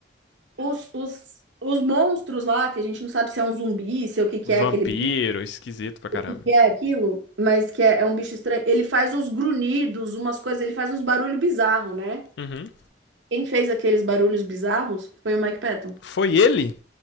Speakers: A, on the right; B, on the left.
A: Os, os, os monstros lá, que a gente não sabe se é um zumbi, se é o que que
B: Vampiro,
A: é aquele bicho,
B: esquisito pra caramba.
A: o que que é aquilo, mas que é, é um bicho estranho, ele faz uns grunhidos, umas coisas, ele faz uns barulhos bizarros, né?
B: Uhum.
A: Quem fez aqueles barulhos bizarros foi o Mike Patton,
B: Foi ele?